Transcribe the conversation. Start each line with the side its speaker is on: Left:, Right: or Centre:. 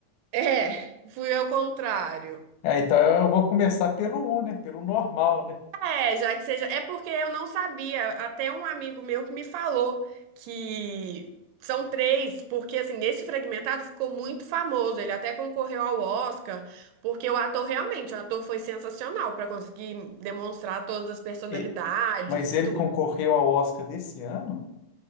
Right: É, fui ao contrário.
Left: É, então eu vou começar pelo um, né? Pelo normal, né?
Right: É, já que seja. É porque eu não sabia. Até um amigo meu que me falou que são três, porque assim, esse fragmentado ficou muito famoso. Ele até concorreu ao Oscar, porque o ator realmente, o ator foi sensacional para conseguir demonstrar todas as personalidades
Left: E- mas
Right: e
Left: ele
Right: tudo.
Left: concorreu ao Oscar desse ano?